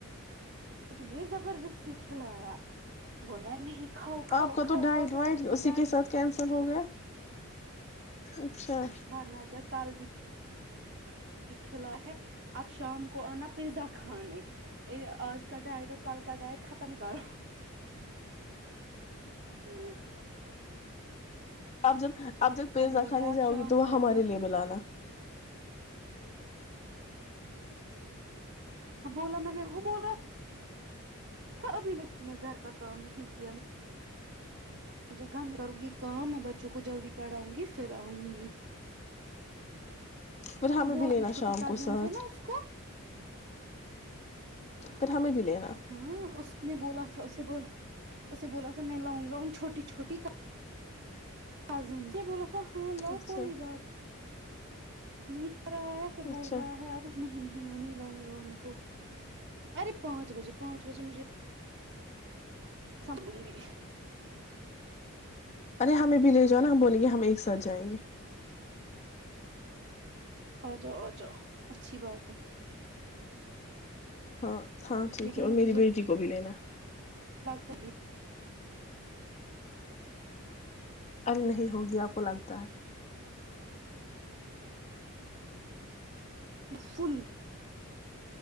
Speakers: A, on the right; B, on the left.
A: مجھے زبردستی کھلایا بول رہا نہیں کھاؤ کھاؤ
B: آپ کا
A: کھاؤ
B: تو ڈائٹ
A: کل سے
B: وائٹ
A: کرو گی
B: اسی
A: ڈائٹ
B: کے ساتھ کینسل ہو گیا اچھا
A: ورنہ کیا کل بھی کلا ہے آپ شام کو آنا پیزا کھانے آج کا ڈائٹ اور کل کا ڈائٹ ختم کرو ہوں
B: اپ جب اب جب پیزا
A: بول
B: کھانی
A: رہا ہے آپ
B: جاؤ
A: شام
B: گی تو وہ
A: کو
B: ہمارے
A: آ جاؤ
B: لیے بلانا
A: ہ بولا میں نے وہ بول رہا ابھی ل میں گھر کا کام نہیں کیا میں مجھے گند کروں گی کہاں میں بچوں کو جلدی پڑھاؤں گی پھر آؤں گی
B: پھر ہمیں
A: وہ بولتی
B: بھی لینا
A: چھوٹی
B: شام
A: کزن
B: کو ساتھ
A: ہے نا اس کو
B: پھر ہمیں بھی لینا
A: ہاں اس نے بولا تھا اس اسے بولا تھا میں لاؤں گا ان چھوٹی چھوٹی کزن سے بولا تھا کہ ہاں لو
B: اچھا
A: کوئی بات نہیں رہا ہے پھر بول
B: اچھا
A: رہا ہے اب نہیں نہیں میں نہیں لاؤں گا ان کو ارے پانچ بجے پانچ بجے مجھے سمبگی
B: ارے ہمیں بھی لے جاؤ نا ہم بولیں گے ہم ایک ساتھ جائیں گے
A: آ جؤ آ جاؤ اچھی بات ہے
B: ہاں ہاں ٹھیک
A: لیکن
B: ہے اور
A: مجھے
B: میری بیٹی کو بھی لینا
A: تک
B: ارے نہیں ہوگی آپ کو لگتا ہے
A: فل